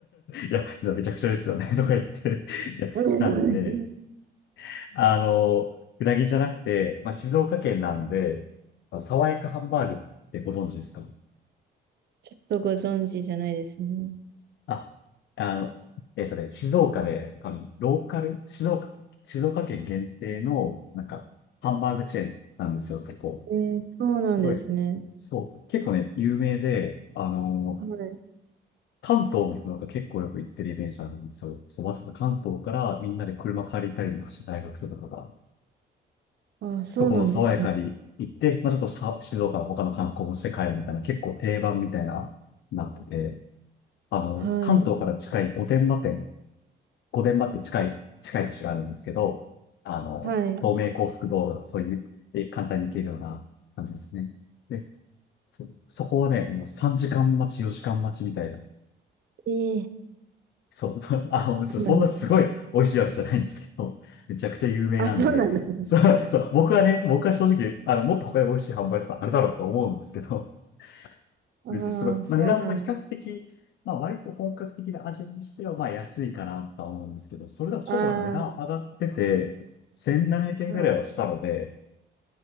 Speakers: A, on the left (about 65°); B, on the right (about 60°).
A: いや、じゃあめちゃくちゃですよね、とか言って、<laughs> いや、
B: そうですね
A: なんで、あの、うなぎじゃなくて、まあ、静岡県なんで、まあ、爽やかハンバーグってご存知ですか
B: ちょっとご存知じゃないですね。
A: あ、あの、えっとね、静岡で、あの、ローカル、静岡、静岡県限定の、なんか、ハンバーグチェーンなんですよ、そこ。
B: えー、そうなんですね。
A: すごい、そう、結構ね、有名で、あの、
B: はい。
A: 関東の人なんか結構よく行ってるイメージあるんですよ。そう、わざわざ関東からみんなで車借りたりとかして大学生とかが。
B: あ、そうなんですね。
A: そこの爽やかに行って、まあ、ちょっとさ静岡の他の観光もして帰るみたいな、結構定番みたいな、なってて、あの、
B: はい。
A: 関東から近い御殿場店、御殿場って近い、近い都市があるんですけど、あの、
B: はい。
A: 東名高速道路、そういう、え簡単に行けるような感じですね。で、そ、そこはね、もう3時間待ち、4時間待ちみたいな
B: ええ
A: そう、そう、あ、そうそんなすごい美味しいわけじゃないんですけど、
B: そうなんです。
A: めちゃくちゃ有名なんで、
B: あ、そうなんですね。
A: そう、そう、僕はね、僕は正直、あの、もっと他に美味しいハンバーガー屋さんあれだろうと思うんですけど、<laughs>
B: ああ、
A: 別にすごい、
B: そうなんです。
A: まあ、値段も比較的、まあ割と本格的な味にしては、まあ安いかなとは思うんですけど、それでもちょっとなんか値段上がってて、
B: あ
A: 1700円ぐらいはしたので、
B: あ、はい。